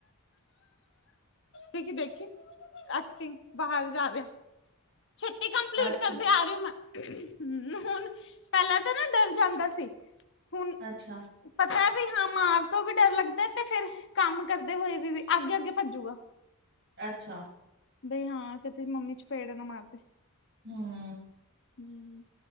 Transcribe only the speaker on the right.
ਅੱਛਾ,
ਅੱਛਾ,
ਅੱਛਾ।
ਹਮ